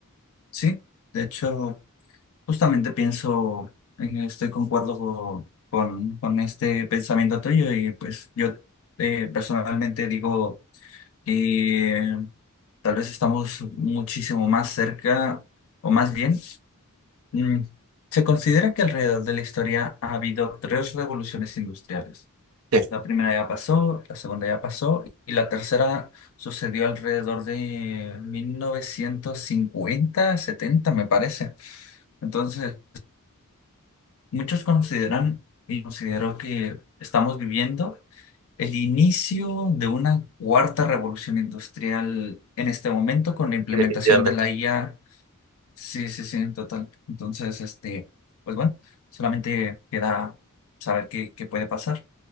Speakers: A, on the left; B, on the right.
A: sí. De hecho... Justamente pienso en este, concuerdo co- con, con este pensamiento tuyo y pues yo eh, personalmente digo que tal vez estamos muchísimo más cerca o más bien, mm, se considera que alrededor de la historia ha habido tres revoluciones industriales.
B: Sí,
A: La primera ya pasó, la segunda ya pasó y la tercera sucedió alrededor de 1950 70 me parece. Entonces... Muchos consideran, y considero que estamos viviendo el inicio de una cuarta revolución industrial en este momento con la implementación
B: sí, definitivamente.
A: de la IA. Sí, sí, sí, en total. Entonces, este, pues bueno, solamente queda saber qué, qué puede pasar.